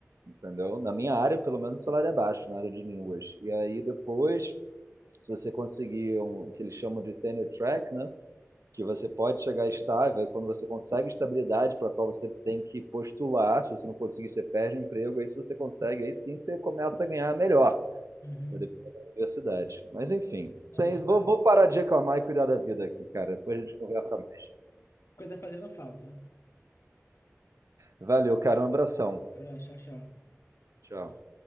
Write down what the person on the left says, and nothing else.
Uhum.
É.
Coisa fazendo falta.
Olha, tchau, tchau.